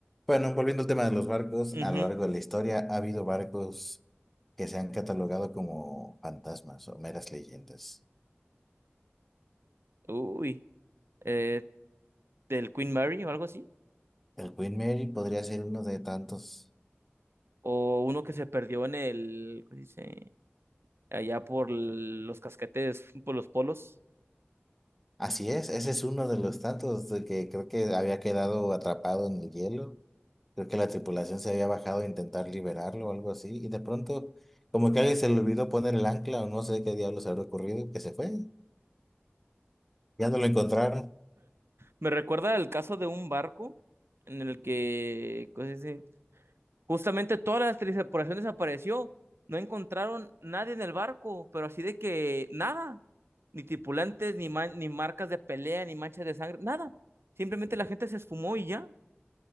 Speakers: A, in the centre; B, on the right.
A: Bueno, volviendo al tema de los barcos,
B: Ujú.
A: a lo largo de la historia ha habido barcos que se han catalogado como fantasmas o meras leyendas.
B: Uy. Eh, del Queen Mary o algo así.
A: El Queen Mary podría ser uno de tantos.
B: O uno que se perdió en el, ¿cómo se dice? Allá por los casquetes, por los polos.
A: Así es, ese es uno de los tantos de que creo que había quedado atrapado en el hielo. Creo que la tripulación se había bajado a intentar liberarlo o algo así. Y de pronto, como que alguien se le olvidó poner el ancla o no sé qué diablos habrá ocurrido, que se fue. Ya no lo encontraron.
B: Me recuerda el caso de un barco en el que, ¿cómo se dice? Justamente toda la tripulación desapareció. No encontraron nadie en el barco, pero así de que nada. Ni tripulantes, ni, ma- ni marcas de pelea, ni manchas de sangre, nada. Simplemente la gente se esfumó y ya.